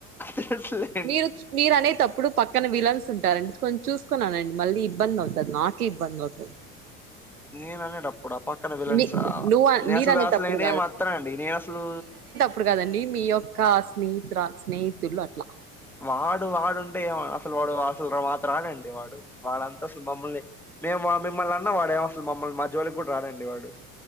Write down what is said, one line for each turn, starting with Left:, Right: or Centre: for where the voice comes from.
Centre: తెలుసులే
Right: మీరు మీరు అనేతప్పుడు పక్క క్కన విలన్స్ ఉంటారండి కొంచం చూసుకొని ఆనండి మళ్ళీ ఇబ్బంది అవుతాది నాకే ఇబ్బంది అవుతాది
Centre: నేను అనేటప్పుడా పక్కన విలన్సా
Right: మీ నువ్వు
Centre: నేను
Right: మీరు
Centre: అసలు
Right: అనేటప్పుడు
Centre: అసలు నేనేమి అరుత్తనండి నేను అసలు
Right: ఇప్పుడు కదండి మీ యొక్క స్నేహితురా స్నేహితులు అట్లా
Centre: వాడు వాడుంటే ఏం అసలు వాడు అసలు మాతో రాడండి వాడు వాడంతా అసలు మమ్మల్ని మేము మిమ్మల్ని అన్న వాడేమి అసలు మమ్మల్ని మా జోలికి కూడా రాడండి వాడు